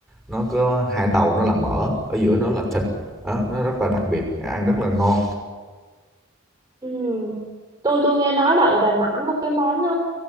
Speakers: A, in the centre; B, on the right.
A: nó có hai đầu nó là mỡ ở giữa nó là thịt đó, nó rất là đặc biệt ăn rất là ngon
B: Ừ. Tôi tôi nghe nói là ở Đà Nẵng có cái món um,